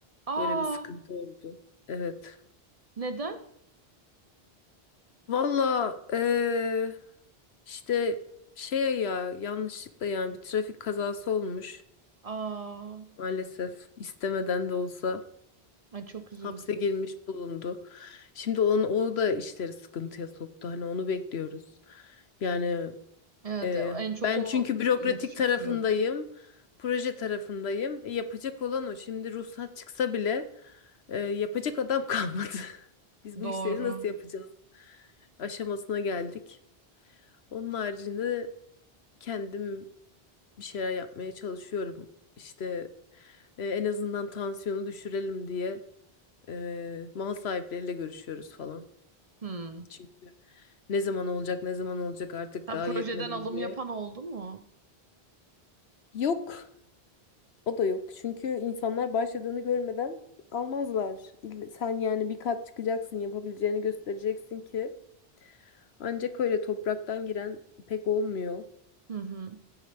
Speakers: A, on the right (about 40°); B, on the left (about 85°).
A: Aa,
B: Böyle bir sıkıntı oldu. Evet.
A: neden?
B: Valla e, işte şey ya yanlışlıkla yani bir trafik kazası olmuş.
A: Aa,
B: Maalesef istemeden de olsa
A: ay çok üzüldüm.
B: hapse girmiş bulundu. Şimdi onu, o da işleri sıkıntıya soktu. Hani onu bekliyoruz. Yani
A: Evet,
B: e,
A: en çok
B: ben
A: o
B: çünkü bürokratik
A: iletişim
B: tarafındayım,
A: kuruyordu.
B: proje tarafındayım. E, yapacak olan o. Şimdi ruhsat çıksa bile e, yapacak adam kalmadı. <laughs> Biz bu
A: Doğru.
B: işleri nasıl yapacağız? Aşamasına geldik. Onun haricinde kendim bir şeyler yapmaya çalışıyorum. İşte e, en azından tansiyonu düşürelim diye. Eee, mal sahipleriyle görüşüyoruz falan.
A: Hmm.
B: Çünkü ne zaman olacak, ne zaman olacak artık
A: Ha,
B: daha
A: projeden
B: yetmedi mi
A: alım
B: diye.
A: yapan oldu mu?
B: Yok. O da yok. Çünkü insanlar başladığını görmeden almazlar. İlle- Sen yani bir kat çıkacaksın, yapabileceğini göstereceksin ki. Ancak öyle topraktan giren pek olmuyor.
A: Hı hı.